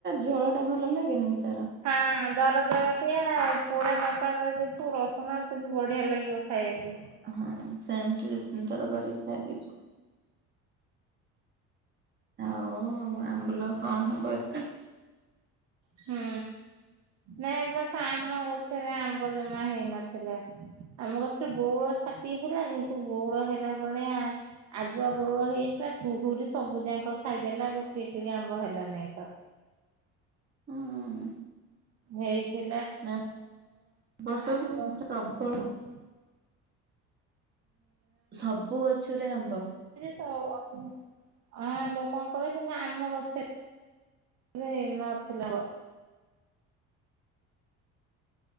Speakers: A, on the right; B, on the right.
A: ଝୋଳ ଟା ଭଲ ଲାଗେନି କି ତାର
B: ହଁ ଦର ଦରଟିଆ ପୋଡାଲ ଙ୍କର <unintelligible> ଥିବୁ ରସୁଣ ଆଉ କିନ୍ତୁ ବଢିଆ ଲାଗିବ ଖାଇବାକୁ।
A: ହଁ ସେମିତି ଦି ତିନିଥର କରିକି ଖାଇଦେଇଚୁ। ଆଉ ଆମ୍ବୁଲ କଣ ହବ ଏତେ?
B: ହୁଁ, ନାଇଁ ବସ ଆମ ଗଛରେ ଆମ୍ବ ଜମା ହେଇନଥିଲା। ଆମ ଗଛରେ ବଉଳ ଛାଟି ହେଲା କିନ୍ତୁ ବଉଳ ହେଲା ବଳିଆ ଆଗୁଆ ବଉଳ ହେଇଯାଇଥିଲା। ପୁହୁରୀ ସବୁ ଯାକ ଖାଇଦେଲା ଗୋଟିଏକରି ଆମ୍ବ ହେଲା ନାଇଁ ତ।
A: ହୁଁ
B: ଏଇ
A: ଏ ବର୍ଷ
B: ଆଠ <unintelligible>
A: ପ୍ରବଳ ସବୁ ଗଛରେ ଆମ୍ବ।
B: ଆ ଲୋକନଙ୍କର କିନ୍ତୁ ଆମ ଗଛରେ ହେଇ ନଥିଲା।